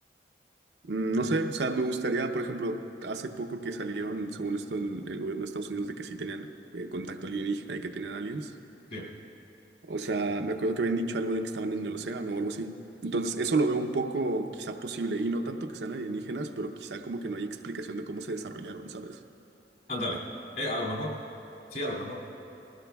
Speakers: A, on the right; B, on the left.
A: mm, no sé, o sea, me gustaría, por ejemplo, hace poco que salieron, según esto, el, el gobierno de Estados Unidos de que sí tenían eh, contacto alienígena y que tenían aliens.
B: sí.
A: O sea, me acuerdo que habían dicho algo de que estaban en el océano o algo así. Entonces, eso lo veo un poco quizá posible, y no tanto que sean alienígenas, pero quizá como que no hay explicación de cómo se desarrollaron, ¿sabes?
B: Ándale. Eh, a lo mejor. Sí, a lo mejor.